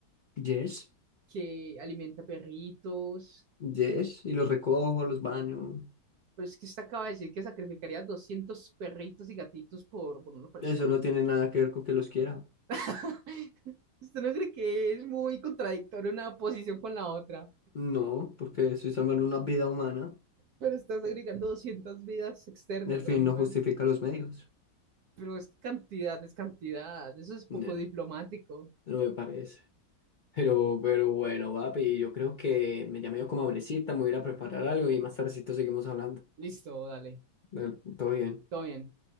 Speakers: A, on the left; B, on the right.
A: Yes,
B: que alimenta perritos.
A: yes, y los recojo, los baño.
B: Pero es que usted acaba de decir que sacrificaría 200 perritos y gatitos por, por una persona.
A: Eso no tiene nada que ver con que los quiera.
B: <laughs> ¿Usted no cree que es muy contradictoria una posición con la otra?
A: No, porque estoy salvando una vida humana.
B: Pero estás agregando 200 vidas externas,
A: El fin
B: animal.
A: no justifica los medios.
B: Pero es que cantidad es cantidad. Eso es poco
A: Nah,
B: diplomático.
A: no me parece. Pero, pero bueno, papi, yo creo que me llamé yo como hambrecita, me voy a ir a preparar algo y más tardecito seguimos hablando.
B: Listo, dale.
A: Dale, Todo bien.
B: Todo bien.